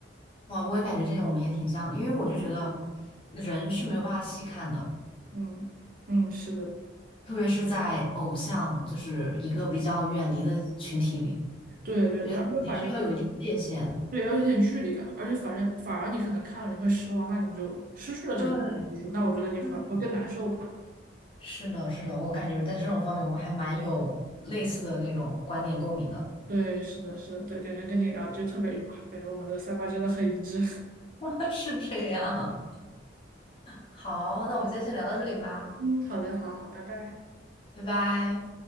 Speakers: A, on the left; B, on the right.
A: 我我也感觉这点我们也挺像的，因为我就觉得人是没有办法细看的，
B: 嗯嗯，是的，
A: 特别是在偶像就是一个比较远离的群体里，
B: 对对对，
A: 觉得肯定是要有一定界限。
B: 而且反正。对，要有点距离感，而且反正反而你可能看了你会失望，那你就失去了这个电影技术，
A: 对，
B: 那我觉得你会会更难受吧。
A: 对，是的，是的，我感觉在这种方面我们还蛮有类似的那种观点共鸣的。
B: 对，是的，是的，对，感觉跟你聊就特别愉快，感觉我们的三观真的很一致。<laughs>
A: <laughs> 是这样。好，那我们今天先聊到这里吧，
B: 嗯，好的，好好，拜拜。
A: 拜拜。